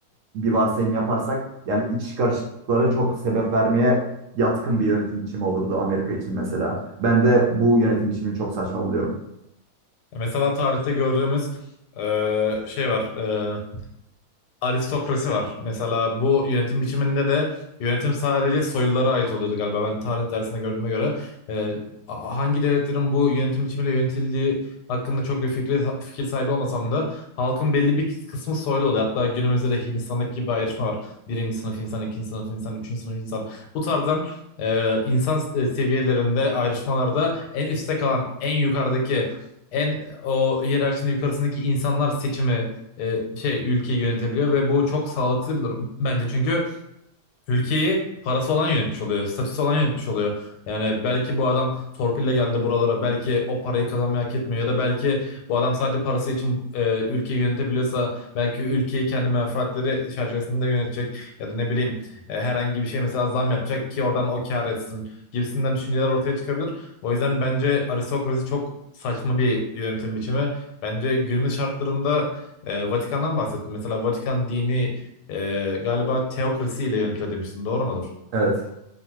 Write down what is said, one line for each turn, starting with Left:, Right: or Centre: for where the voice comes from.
Right: bir varsayım yaparsak yani iç karışıklıklara çok sebep vermeye yatkın bir yönetim biçimi olurdu Amerika için mesela. Ben de bu yönetim biçimini çok saçma buluyorum.
Left: E, Mesela tarihte gördüğümüz e, şey var. e, aristokrasi var. Mesela bu yönetim biçiminde de yönetim sadece soylulara ait oluyordu galiba. Ben tarih dersinde gördüğüme göre e, a- hangi devletlerin bu yönetim biçimiyle yönetildiği hakkında çok bir fikri, fikir sahibi olmasam da halkın belli bir kısmı soylu oluyor. Hatta günümüzde de Hindistan'daki gibi bir ayrışma var. Birinci sınıf insan, ikinci sınıf insan, üçüncü sınıf insan. Bu tarzdan e, insan e, seviyelerinde ayrışmalarda en üstte kalan, en yukarıdaki en o hiyerarşinin yukarısındaki insanlar seçimi e, şey ülkeyi yönetebiliyor ve bu çok sağlıksız bir durum bence çünkü Ülkeyi parası olan yönetmiş oluyor. Statüsü olan yönetmiş oluyor. Yani belki bu adam torpille geldi buralara. Belki o parayı kazanmayı hak etmiyor. Ya da belki bu adam sadece parası için e, ülkeyi yönetebiliyorsa belki ülkeyi kendi menfaatleri çerçevesinde yönetecek. Ya da ne bileyim e, herhangi bir şey mesela zam yapacak ki oradan o kâr etsin gibisinden düşünceler ortaya çıkabilir. O yüzden bence aristokrasi çok saçma bir yönetim biçimi. Bence günümüz şartlarında e, Vatikan'dan bahsettim. Mesela Vatikan dini ee, galiba teokrasi ile yönetiliyor demiştin. Doğru mudur?
Right: Evet.